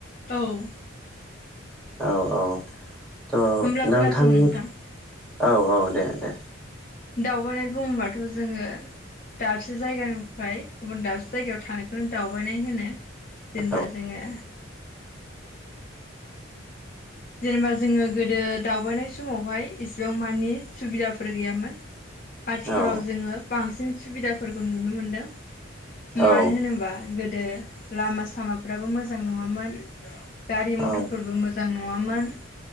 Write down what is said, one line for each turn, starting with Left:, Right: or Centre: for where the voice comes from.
Left: औ।
Centre: औ औ। त'
Left: होमब्ला
Centre: नोंथांनि
Left: खोनासं नोंथां
Centre: औ औ दे दे।
Left: दावबायनाय बुङोबाथ' जोङो दाबसे जायगानिफ्राय गुबुन दाबसे जायगायाव थांनायखौनो दावबायनाय होनो। जेनेबा
Centre: औ
Left: जोङो जेनेबा जोङो गोदो दावबायनाय समावहाय इसेबां मानि सुबिदाफोर गैयामोन। आथिखालाव
Centre: औ
Left: जोङो बांसिन सु सुबिदाफोरखौ नुनो मोनदों।
Centre: औ
Left: मानो होनोबा गो गोदो लामा सामाफ्राबो मोजां नङामोन। गारि मथरफोरबो
Centre: औ
Left: मोजां नङा। मङामोन